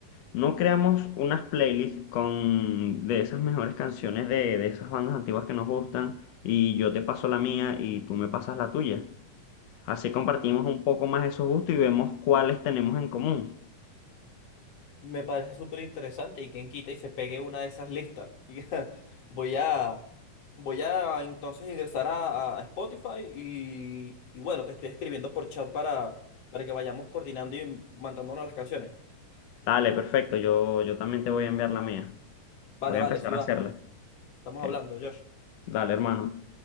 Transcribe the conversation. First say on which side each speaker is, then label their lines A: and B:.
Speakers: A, on the left; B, on the left.
A: No creamos unas playlists con de esas mejores canciones de, de esas bandas antiguas que nos gustan y yo te paso la mía y tú me pasas la tuya. Así compartimos un poco más esos gustos y vemos cuáles tenemos en común.
B: Me parece súper interesante y quien quita y se pegue una de esas listas. <laughs> Y ja, voy a, voy a entonces ingresar a, a Spotify y, y bueno, te estoy escribiendo por chat para, para que vayamos coordinando y mandándonos las canciones.
A: Dale, perfecto. Yo, yo también te voy a enviar la mía.
B: Vale,
A: Voy a
B: vale,
A: empezar
B: sí va.
A: a hacerla.
B: Estamos
A: Ok.
B: hablando, Josh.
A: Dale, hermano.